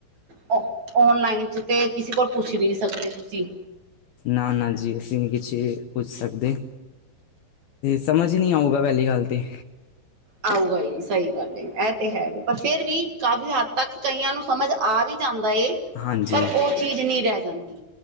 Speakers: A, on the right (about 50°); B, on the left (about 70°).
A: ਔ ਔਨਲਾਈਨ ਚ ਤੇ ਕਿਸੇ ਕੋਲ ਪੁੱਛ ਵੀ ਨਹੀਂ ਸਕਦੇ ਤੁਸੀਂ।
B: ਨਾ-ਨਾ ਜੀ ਅਸੀਂ ਉਨਛ ਪੁੱਛ ਸਕਦੇ। ਸਮਝ ਨੀ ਆਊਗਾ ਪਹਿਲੀ ਗੱਲ ਤੇ।
A: ਆਓ ਗਾਹੀ ਸਹੀ ਗੱਲ ਏ, ਤੇ ਹੈ ਵੀ ਪਰ ਫੇਰ ਵੀ ਕਾਫ਼ੀ ਹੱਦ ਤੱਕ ਕਈਆਂ ਨੂੰ ਸਮਝ ਆ ਵੀ ਜਾਂ ਏ
B: ਹਾਂਜੀ
A: ਪਰ ਉਹ ਚੀਜ਼ ਨੀ ਰਹਿ ਜਾਂਦੀ